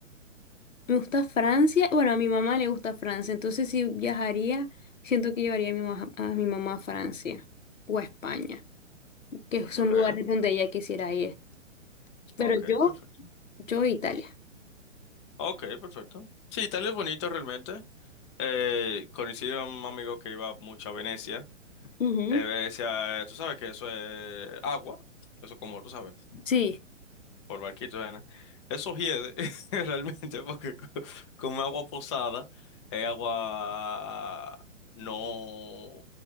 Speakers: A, on the left; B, on the left.
A: me gusta Francia. Bueno, a mi mamá le gusta Francia. Entonces si viajaría, siento que llevaría a mi, ma- a mi mamá a Francia o a España, que son
B: okay
A: lugares donde ella quisiera ir. Pero
B: okay
A: yo,
B: perfecto.
A: yo Italia.
B: okay perfecto. Sí, Italia es bonito realmente. Eh, conocí a un amigo que iba mucho a Venecia.
A: Ujú.
B: Eh, Venecia, eh, tú sabes que eso es agua. Eso como tú sabes.
A: Sí.
B: por barquito, arena. Eso hiede <laughs> realmente porque co- como agua posada es agua no